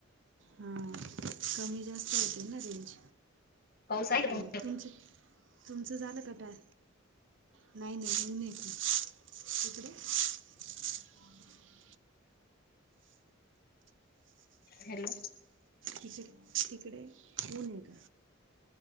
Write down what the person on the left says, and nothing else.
पाऊस आहे का
तुम
हॅलो.